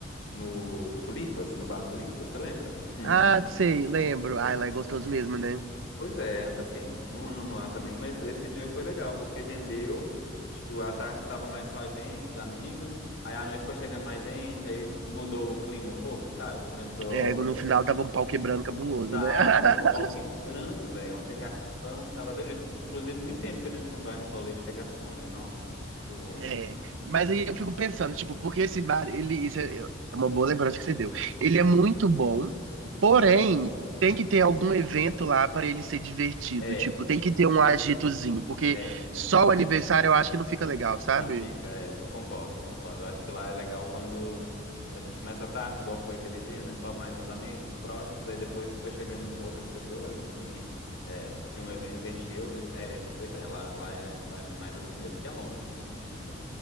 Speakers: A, on the left; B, on the right.
A: no Tulipas, no bar Tulipas, você lembra? <clears throat>
B: Ah, sei, lembro. Ai, lá é gostoso mesmo, né?
A: Pois é, assim, não amo lá também, mas esse dia foi legal, porque rendeu. Tipo, à tarde estava mais só a gente, os amigos. Aí à noite foi chegando mais gente, aí, tipo, mudou o clima um pouco, sabe? Começou.
B: É, no final tava um pau quebrando cabuloso,
A: Tava,
B: né? <laughs>
A: o pau quebrando, velho. Uma pegação, tava delícia. Inclusive, muito tempo que a gente não vai num rolê de pegação, né? Nossa, tipo.
B: É, mas
A: eu-
B: aí eu fico pensando, tipo, porque esse bar, ele, isso é é uma boa lembrança que você deu. Ele é muito bom,
A: uhum.
B: porém, tem que ter algum evento lá para ele ser divertido,
A: É,
B: tipo, tem que ter um agitozinho, porque
A: é.
B: só
A: Hum.
B: o aniversário eu acho que não fica legal, sabe?
A: Não fica, é, eu concordo, eu concordo. Eu acho que lá é legal quando a gente começa à tarde, igual foi aquele dia, né? Só mais os amigos, os próximos, aí depois foi chegando outras pessoas, né? Enfim, é, tinha um evento, encheu, né? É, pois é, lá, lá é, lá é mais assim mesmo, porque é longe também, não sei.